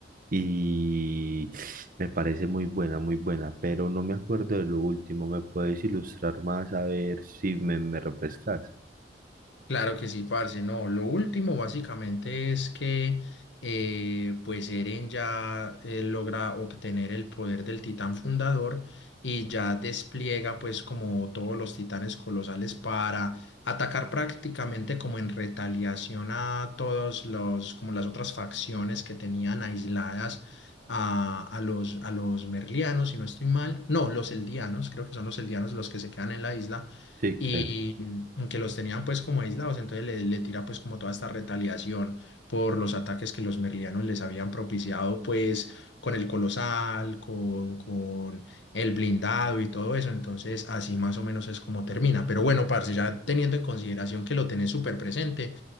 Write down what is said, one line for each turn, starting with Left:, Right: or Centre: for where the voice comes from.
Right: y me parece muy buena, muy buena, pero no me acuerdo de lo último. ¿Me puedes ilustrar más a ver si me, me refrescas?
Left: Claro que sí, parce, no. Lo último básicamente es que eh, pues Eren ya eh, logra obtener el poder del titán fundador y ya despliega pues como todos los titanes colosales para atacar prácticamente como en retaliación a todos los como las otras facciones que tenían aisladas a, a los a los merlianos, si no estoy mal. No, los eldianos, creo que son los eldianos los que se quedan en la isla
Right: Sí,
Left: y
Right: creo.
Left: mm, que los tenían pues como aislados, entonces le, le tira pues como toda esta retaliación por los ataques que los merlianos les habían propiciado pues con el colosal, con, con el blindado y todo eso, entonces así más o menos es como termina, pero bueno, parce, ya teniendo en consideración que lo tenés súper presente,